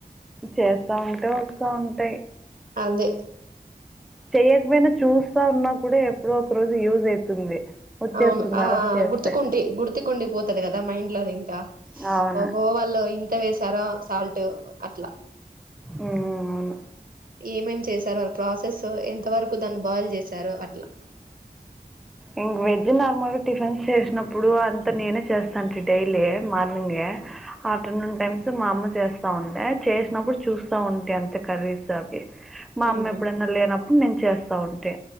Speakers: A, in the centre; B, on the right.
A: చేస్తా ఉంటేయి వస్తా ఉంటాయి
B: అదే
A: చెయ్యకపోయినా చూస్తా ఉన్నా కూడా ఎప్పుడో ఒక రోజు యూజ్ అయితుంది. వచ్చేస్తుంది
B: అవును ఆ
A: రోజు చేస్తే.
B: గుర్తుకుంటే గుర్తుకుండి పోతది కదా దా మైండ్ లోది ఇంకా
A: అవును.
B: ఓహో వాళ్ళు ఇంత వెసార సాల్ట్ అట్లా
A: ఆహ అవును
B: ఏమేం చేశారు వాళ్ళ ప్రాసెస్ ఎంత వరకు దాన్ని బాయిల్ చేశారు అట్లా
A: ఇంగ వెజ్ నార్మల్గా టిఫిన్స్ చేసినప్పుడు అంత నేనే చేస్తాను డైలీ మార్నింగే ఆఫ్టర్నూన్ టైమ్స్ మా అమ్మ చేస్త స్తా ఉండే చేసినప్పుడు చూస్తా ఉంటే అంత కర్రీస్ అవి మా
B: ఉహు
A: అమ్మ ఎప్పుడన్నా లేనప్పుడు నేను చేస్తా ఉంటే